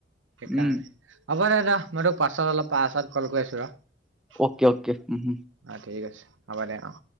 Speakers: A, on the right; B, in the centre.
A: সেইকাৰণে,
B: উম
A: হব দে যাওঁ মই তোক পাছত অলপ পছত কল কৰি আছো ৰ',
B: অকে অকে উম
A: অ', ঠিক আছে। হব দে, অ'।